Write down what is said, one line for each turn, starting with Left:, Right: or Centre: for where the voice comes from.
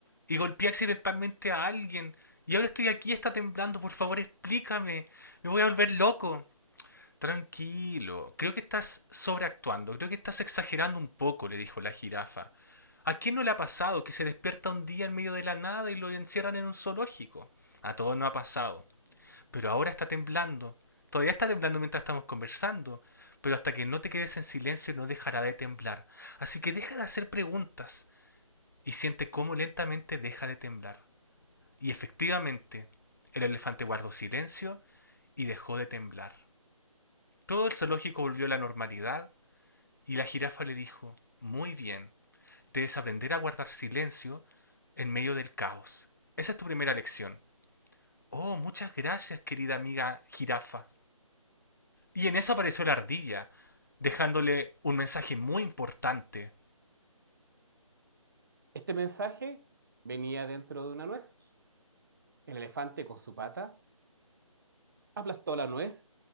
Left: y golpeé accidentalmente a alguien y ahora estoy aquí está temblando por favor explícame me voy a volver loco Tranquilo, creo que estás sobreactuando, creo que estás exagerando un poco, le dijo la jirafa. ¿A quién no le ha pasado que se despierta un día en medio de la nada y lo encierran en un zoológico? A todos no ha pasado, pero ahora está temblando. Todavía está temblando mientras estamos conversando, pero hasta que no te quedes en silencio no dejará de temblar. Así que deja de hacer preguntas y siente cómo lentamente deja de temblar. Y efectivamente, el elefante guardó silencio y dejó de temblar todo el zoológico volvió a la normalidad y la jirafa le dijo, muy bien, debes aprender a guardar silencio en medio del caos. Esa es tu primera lección. Oh, muchas gracias, querida amiga jirafa. Y en eso apareció la ardilla, dejándole un mensaje muy importante.
Right: Este mensaje venía dentro de una nuez. El elefante con su pata aplastó la nuez,